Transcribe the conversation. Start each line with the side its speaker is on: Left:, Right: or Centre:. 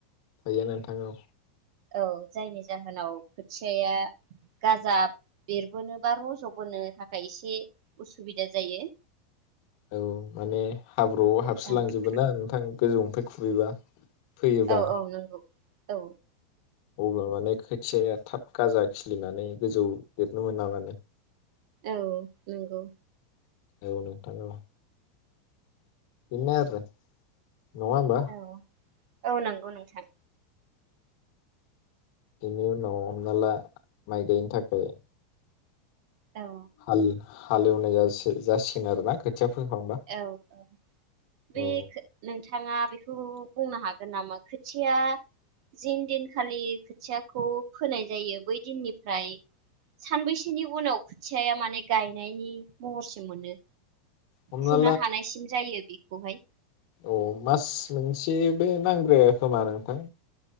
Left: थायो नोंथां औ
Right: औ जायनि जाहोनाव खोथियाया गाजा बेरबोनो बा रज'बोनो थाखाय खायसे उसुबिदा जायो
Left: औ माने हाब्रुआव हाबसो
Right: औ
Left: लांजोबोना नोंथां गोजौनिफाय खुबैबा फैयोबा
Right: औ औ नंगौ औ
Left: अब्ला माने खोथियाया थाब गाजा खिलिनानै गोजौ देरनो मोना माने
Right: औ नंगौ
Left: औ नोंथां औ बिनो आरो नङा होमबा
Right: औ औ नंगौ नोंथां
Left: बेनि उनाव हमनाला माइ गायनो थाखाय
Right: औ
Left: हाल हालेवनाय जा-जासिगोन आरोना खोथिया फोखांबा
Right: औ औ बे
Left: औ
Right: नोंथाङा बे थ' बुंनो हागोन नामा खोथिया जिन दिनखालि खोथियाखौ फोनाय जायो बै दिननिफ्राय सानबैसेनि उनाव खोथियाया माने गायनायनि महरसिम मोनो
Left: हमना
Right: फुनो हानायसिम जायो बे खौहाय
Left: अ मास मोनसेबो नांद्राया खोमा नोंथां